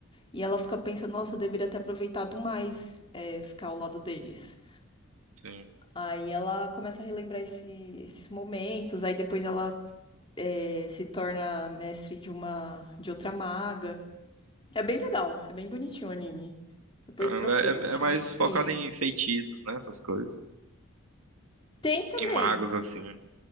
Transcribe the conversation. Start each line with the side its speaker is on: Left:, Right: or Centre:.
Left: E ela fica pensando, nossa, eu deveria ter aproveitado mais, é, ficar ao lado deles.
Right: Sim.
Left: Aí ela começa a relembrar esse- esses momentos, aí depois ela, é, se torna mestre de uma, de outra maga. É bem legal, é bem bonitinho o anime. Depois
Right: Caramba,
Left: procura,
Right: é,
Left: chama
Right: é é mais focado
Left: Frieren.
Right: em feitiços, né? Essas coisas.
Left: Tem também.
Right: Em magos, assim.